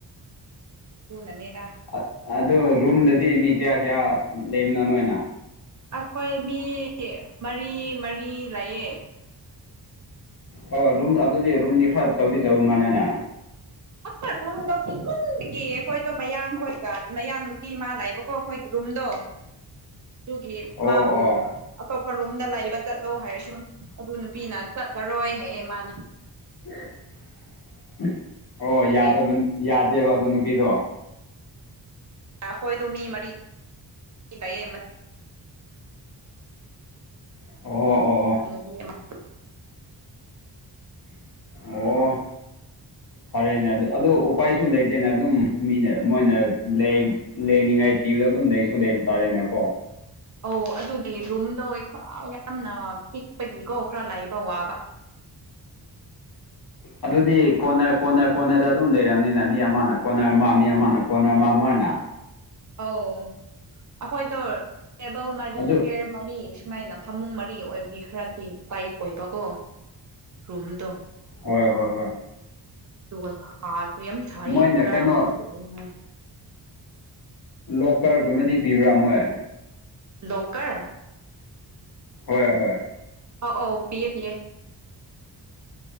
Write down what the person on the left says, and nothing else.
ꯑ ꯑꯗꯣ ꯔꯨꯝꯗꯗꯤ ꯃꯤ ꯀꯌꯥ ꯀꯌꯥ ꯂꯩꯕꯅꯣ ꯅꯣꯏꯅ
ꯍꫭꯏ ꯔꯨꯝ ꯑꯗꯨꯗꯤ ꯔꯨꯝꯗꯤ ꯈꯔ ꯆꯧꯗꯤ ꯆꯧ ꯃꯥꯜꯂꯦꯅ
ꯑꯣ
ꯑꯣ
<unintelligible> ꯑꯣ
ꯌꯥꯗꯕ ꯌꯥꯗꯦꯕ ꯑꯗꯣ ꯅꯨꯄꯤꯗꯣ
ꯑꯣ ꯑꯣ ꯑꯣ
ꯑꯣ ꯐꯔꯦꯅꯦ ꯑꯗꯨ ꯑꯗꯣ ꯎꯄꯥꯏ ꯁꯨꯝ ꯂꯩꯇꯦꯅ ꯑꯗꯨꯝ ꯃꯤꯅ ꯃꯣꯏꯅ ꯂꯩ ꯂꯩꯅꯤꯡꯉꯥꯏ ꯄꯤꯕꯗ ꯑꯗꯨꯝ ꯂꯩꯁꯨ ꯂꯩꯕ ꯇꯥꯔꯦꯅꯀꯣ꯫
ꯑꯗꯨꯗꯤ ꯀꯣꯟꯅꯔ ꯀꯣꯟꯅꯔ ꯀꯣꯟꯅꯔꯗ ꯑꯗꯨꯝ ꯂꯩꯔꯝꯅꯤꯅ ꯃꯤ ꯑꯃꯅ ꯀꯣꯟꯅꯔ ꯃꯥ ꯃꯤ ꯑꯃꯅ ꯀꯣꯟꯅꯔ ꯑꯃ ꯑꯗꯨꯃꯥꯏꯅ꯫
ꯑꯗꯨ
ꯍꯣꯏ ꯍꯣꯏ ꯍꯣꯏ꯫
ꯃꯣꯏꯅ
ꯀꯩꯅꯣ ꯂꯣꯛꯀꯔꯒꯨꯝꯕꯗꯤ ꯄꯤꯕ꯭ꯔꯥ ꯃꯣꯏ꯫
ꯍꯣꯏ ꯍꯣꯏ